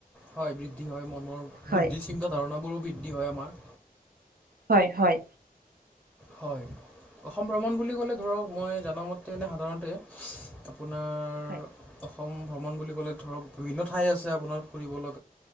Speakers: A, in the centre; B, on the right.
A: হয় বৃদ্ধি হয়। মনৰ
B: হয়
A: বুদ্ধি চিন্তাধাৰণাবোৰো বৃদ্ধি হয়। আমাৰ
B: হয়, হয়।
A: হয়। অসম ভ্ৰমণ বুলি ক'লে ধৰক মই জামতেনে সাধাৰণতে আপোনাৰ
B: হয়।
A: অসম ভ্ৰমণ বুলি ক'লে ধৰক বিভিন্ন ঠাই আছে আপোনাৰ ফুৰিবলা।